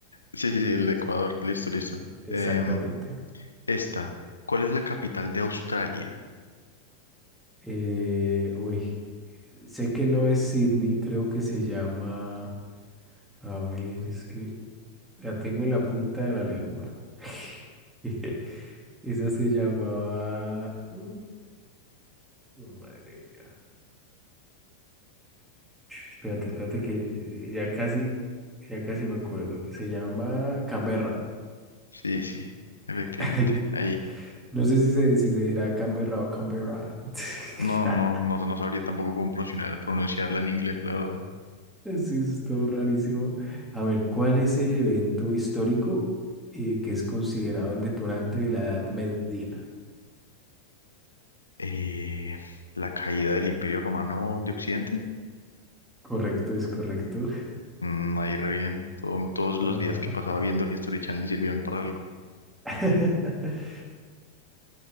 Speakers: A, on the left; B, in the centre.
A: sí, sí, sí, el de Ecuador, listo, listo.
B: exactamente.
A: Em, Esta, ¿cuál es la capital de Australia?
B: Eh, uy, sé que no es Sydney, creo que se llama, a ver, es que la tengo en la punta de la lengua. <laughs> Esa se llamaba, uh, madre mía. Espérate, espérate que eh, ya casi, ya casi me acuerdo. Se llama Canberra.
A: Sí, sí, efectivamente.
B: <laughs>
A: Ahí.
B: No sé si se, si se dirá Canberra o Canberra. <laughs>
A: No, no, no, no sabría tampoco cómo pronunciar- pronunciarla en inglés, la verdad.
B: Sí, eso estuvo rarísimo. A ver, ¿cuál es el evento histórico eh, que es considerado el detonante de la Edad Media?
A: Eh, la caída del Imperio Romano de Occidente.
B: Correcto, es correcto.
A: Mm, ahí re bien. Todo- todos los
B: Ajá.
A: días que pasaba viendo History Channel sirvieron para algo.
B: <laughs>